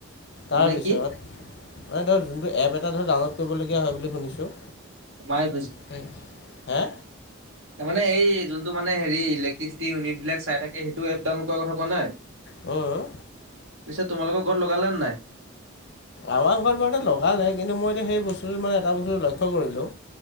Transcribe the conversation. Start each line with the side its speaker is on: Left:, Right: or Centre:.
Left: তাৰপিছত
Right: মানে কি
Left: এ ধৰ যোনটো এপ এটা ধৰক ডাউনলোড কৰিবলগীয়া হয় বুলি শুনিছোঁ
Right: মায়ে
Left: হয়। হে?
Right: তাৰ মানে এই যোনটো মানে হেৰি ইলেক্ট্ৰিচিটি ইউনিট বিলাক চাই থাকে সেইটো এপ ডাউনলোড কৰা কথা কোৱা নাই।
Left: উম,
Right: পিছে তোমালৰ ঘৰত লগালে নাই?
Left: আমাৰ ঘৰবোৰতে লগালে কিন্তু মই এতিয়া সেই বস্তুটো মানে এটা বস্তু লক্ষ্য কৰিলোঁ।